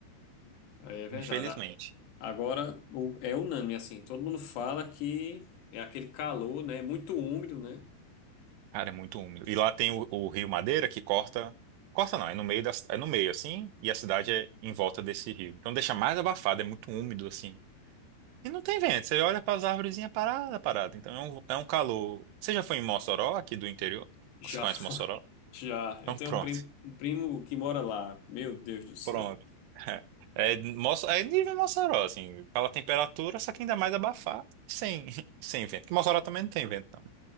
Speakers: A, on the left; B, on the right.
A: aí é verdade.
B: infelizmente.
A: A- Agora o- é unânime, assim, todo mundo fala que é aquele calor, né? Muito úmido, né?
B: Cara, é muito úmido. E lá tem o, o Rio Madeira que corta, corta não, é no meio da, é no meio, assim, e a cidade é em volta desse rio. Então deixa mais abafado, é muito úmido, assim. E não tem vento, você olha para as arvorezinhas parada, é parada. Então é um, é um calor. Você já foi em Mossoró, aqui do interior?
A: Já,
B: Você conhece
A: <laughs>
B: Mossoró?
A: já.
B: Então
A: Eu tenho
B: pronto.
A: um prim- um primo, que mora lá. Meu Deus do céu.
B: Pronto. <laughs> É, Moça- é nível Mossoró, assim, pela temperatura, só que ainda mais abafado sem, <laughs> sem vento. Que Mossoró também não tem vento, não.